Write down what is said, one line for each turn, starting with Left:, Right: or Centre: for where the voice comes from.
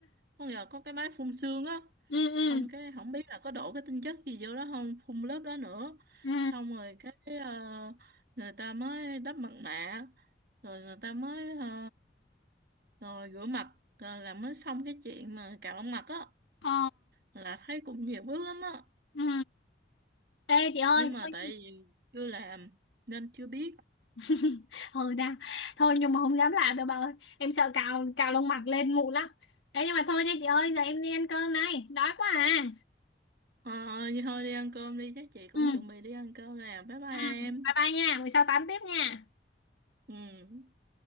Right: không giờ có cái máy phun xương á,
Left: ừ ừ
Right: không cái không biết là có đổ cái tinh chất gì vô đó không, phun lớp đó nữa,
Left: ừ
Right: xong rồi cái ờ, người ta mới đắp mặt nạ, rồi người ta mới ờ, rồi rửa mặt ờ, là mới xong cái chuyện mà cạo mặt á
Left: ờ
Right: là thấy cũng nhiều bước lắm á
Left: ừ ê chị ơi
Right: nhưng mà
Left: thôi
Right: tại vì chưa làm nên chưa biết
Left: <laughs> ừ đã thôi nhưng mà không dám làm đâu bà ơi em sợ cạo cạo lông mặt lên mụn lắm đấy nhưng mà thôi nha chị ơi giờ em đi ăn cơm này đói quá à
Right: ờ vậy thôi đi ăn cơm đi chắc chị cũng
Left: ừ
Right: chuẩn bị đi ăn cơm nè bye bye
Left: Ừ,
Right: em
Left: bye bye nha, buổi sau tám tiếp nha.
Right: ừ